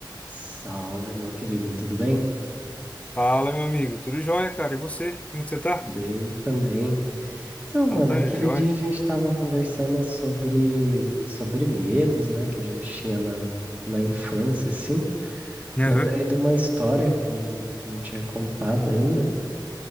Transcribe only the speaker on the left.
Fala, meu amigo. Tudo jóia, cara? E você? Como que você tá?
Então
tá
jóia.
Aham.